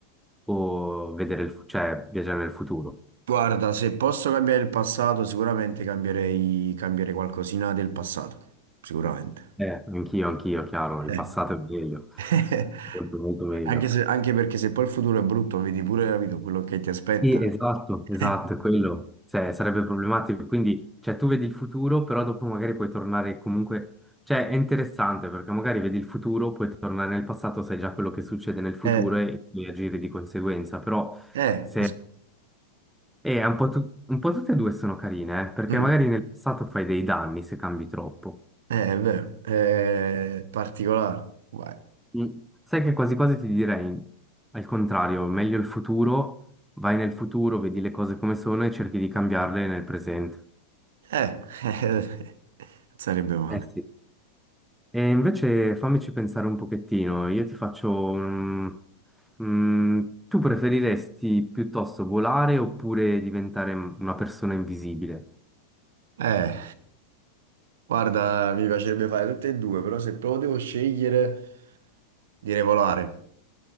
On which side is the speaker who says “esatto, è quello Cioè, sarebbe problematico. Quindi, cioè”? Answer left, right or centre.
Centre